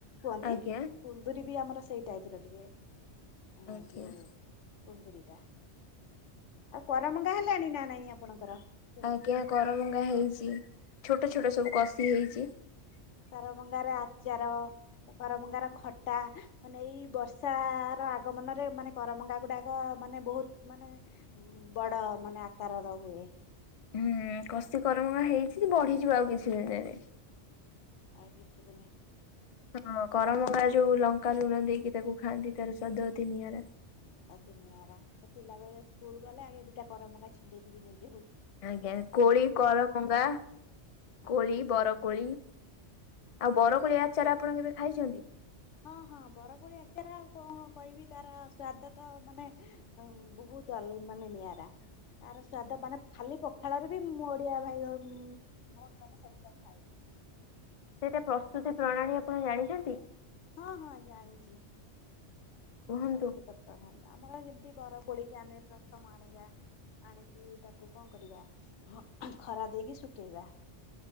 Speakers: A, on the left (about 80°); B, on the left (about 50°).
A: କୁହନ୍ତି।
B: ଆଜ୍ଞା।
A: କୁନ୍ଦୁରି ବି ଆମର ସେଇ ଟାଇପ୍ର ଟିକେ ଉଁ
B: ଆଜ୍ଞା।
A: ଯେଉଁ କୁନ୍ଦୁରିଟା ଆଉ କରମଙ୍ଗା ହେଲାଣି ନା ନାଇଁ ଆପଣଙ୍କର। ସେ ନାଇଁ
B: ଆଜ୍ଞା କରମଙ୍ଗା ହେଇଛି ଛୋଟ ଛୋଟ ସବୁ କଷି ହେଇଛି।
A: କରମଙ୍ଗାରେ ଆଚାର କରମଙ୍ଗାର ଖଟା ମାନେ ଏଇ ବର୍ଷା ର ଆଗମନରେ ମାନେ କରମଙ୍ଗା ଗୁଡା ଅ ମାନେ ବହୁତ୍ ମାନେ ବଡ ମାନେ ଆକାରର ହୁଏ।
B: ହୁଁ କଷି କରମଙ୍ଗା ହେଇଛି ବଢିଯିବ ଆଉ କିଛି ଦିନରେ।
A: ଆଉ କିଛି ଦିନେ
B: ହଁ କରମଙ୍ଗା ଯୋଉ ଲଙ୍କା ଲୁଣ ଦେଇକି ତାକୁ ଖାଆନ୍ତି ତାର ସ୍ଵାଦ ଅତି ନିଆରା।
A: ଅତି ନିିଆରା ତ ପିଲାବେଳେ ସ୍କୁଲ ଗଲେ ଆଗେ ଦିଟା କରମଙ୍ଗା ଛିଣ୍ଡେଇକି କିରି ନେଇକି ଆଉ।
B: ଆଜ୍ଞା କୋଳି, କରମଙ୍ଗା,
A: ହଁ
B: କୋଳି, ବର କୋଳି ଆଉ ବରକୋଳି ଆଚାର ଆପଣ କେବେ ଖାଇଛନ୍ତି?
A: ହଁ ହଁ ବରକୋଳି ଆଚାର ଆଉ କଣ କହିବି ତାର ସ୍ଵାଦ ତ ମାନେ ହ ବହୁତ ଅଲ୍ ମାନେ ନିଆରା। ତାର ସ୍ଵାଦ ମାନେ ଖାଲି ପଖାଳରେ ବି ମୋ ଓଡିଆ ଭାଇ ଅ ଭଉଣୀ ମାନେ ସବୁ ତା ଖାଏ
B: ସେଟା ପ୍ରସ୍ତୁତି ପ୍ରଣାଳୀ ଆପଣ ଜାଣିଛନ୍ତି?
A: ହଁ ହଁ ଜାଣିଛି।
B: କୁହନ୍ତୁ?
A: ପ୍ରସ୍ତୁତ ପ୍ରଣାଳୀ ଆମର ଯେମ୍ ତି ବର କୋଳିକି ଆମେ ପ୍ରଥମ ଆଣିବା। ଆଣିକି ତାକୁ କଣ କରିବା? ହଁ ହ ଖରା ଦେଇକି ଶୁଖେଇବା।